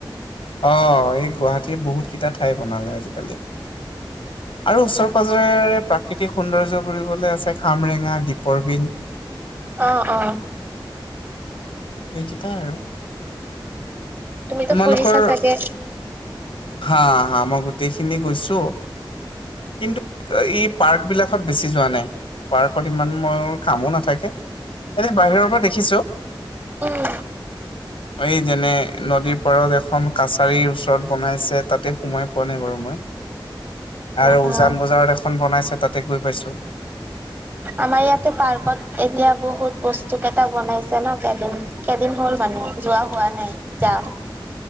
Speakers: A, on the left; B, on the right.
A: অ এই গুৱাহাটীৰ বহুত কেইটা ঠাই বনালে আজিকালি। আৰু ওচৰে
B: উম
A: পাজৰেৰে প্ৰাকৃতিক সৌন্দৰ্য বুলিবলে আছে খামৰেঙা দ্বীপৰ বিল।
B: অ অ।
A: এইকেইটাই আৰু।
B: তুমিতো
A: তোমালোকৰ
B: ফুৰিছা চাগে
A: হা হা মই গোটেইখিনি কৈছো। কিন্তু ই পাৰ্ক বিলাকত বেছি যোৱা নাই? পাৰ্কত ইমান মইওৰ কামো নাথাকে এনে বাহিৰৰ পৰা দেখিছো।
B: উম।
A: এই যেনে নদীৰ পাৰত এখন কাছাৰীৰ ওচৰত বনাইছে তাতে সোমাই পোৱা নাই বাৰু মই? আৰু
B: অ'
A: উজান বজাৰত এখন বনাইছে তাতে গৈ পাইছো।
B: আমাৰ ইয়াতে পাৰ্কত এতিয়া বহুত বস্তু কেইটা বনাইছে ন কেইদিন। কেইদিন হ'ল মানুহ যোৱা হোৱা নাই যাম।